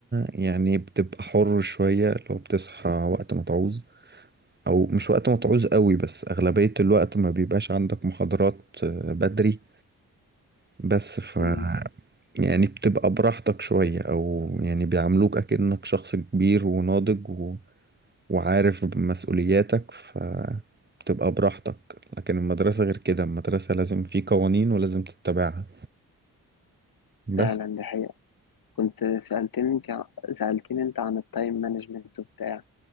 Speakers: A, on the right (about 30°); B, on the left (about 65°).
A: يعني بتبقى حر شوية لو بتصحى وقت ما تعوز أو مش وقت ما تعوز قوي بس أغلبية الوقت ما بيبقاش عندك محاضرات آه، بدري بس ف
B: مم.
A: يعني بتبقى براحتك شوية أو يعني بيعاملوك أكنك شخص كبير وناضج و... وعارف مسؤولياتك ف بتبقى براحتك لكن المدرسة غير كده المدرسة لازم في قوانين ولازم تتبعها بس
B: فعلا دي حقيقة كنت سألتني انت سألتني انت عن التايم مانجمنت وبتاع